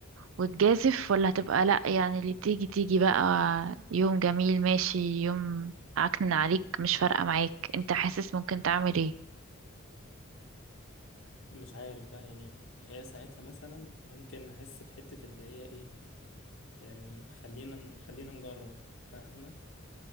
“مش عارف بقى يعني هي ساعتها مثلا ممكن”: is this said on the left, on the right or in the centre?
Left